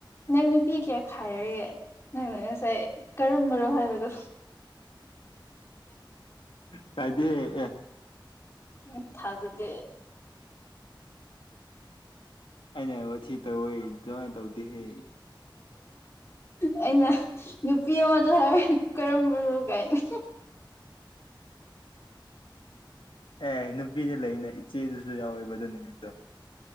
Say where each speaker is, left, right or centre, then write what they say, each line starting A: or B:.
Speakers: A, on the left; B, on the left.
A: ꯅꯪ ꯅꯨꯄꯤ ꯀꯌꯥ ꯈꯥꯏꯔꯒꯦ ꯅꯪꯅ ꯉꯁꯥꯏ ꯀꯔꯝꯕꯣ ꯍꯥꯏꯕꯗꯣ
B: ꯀꯥꯏꯗꯤ ꯍꯦ ꯑꯦ
A: ꯎ ꯊꯗꯦ
B: ꯑꯩꯅ ꯋꯥ ꯇ ꯑꯣꯏꯣꯏ ꯆꯉ ꯇꯧꯗꯦ ꯍꯦ
A: ꯑꯩꯅ ꯄꯄꯤ ꯑꯃꯗ ꯍꯥꯏꯔ ꯀꯔꯝꯕꯣꯒꯥꯏꯅꯣ
B: ꯑꯦ ꯅꯨꯄꯤꯗꯤ ꯂꯩꯅ ꯏꯆꯦꯗꯨꯁꯨ ꯌꯥꯎꯋꯦꯕ ꯑꯗꯨ ꯅꯨꯃꯤꯠꯇꯣ